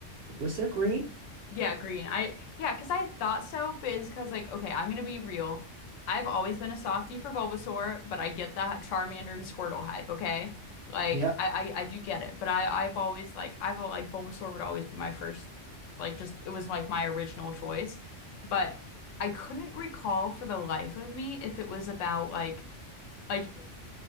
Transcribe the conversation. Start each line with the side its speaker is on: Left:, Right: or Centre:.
Right: was there green?
Left: Yeah, green. I yeah because I thought so, but it's because like okay, I'm gonna be real. I've always been a softie for Bulbasaur, but I get the Charmander and Squirtle hype, okay? Like
Right: Yeah.
Left: I I, I do get it, but I I've always like I've al- like Bulbasaur would always be my first like just it was like my original choice, but I couldn't recall for the life of me if it was about like like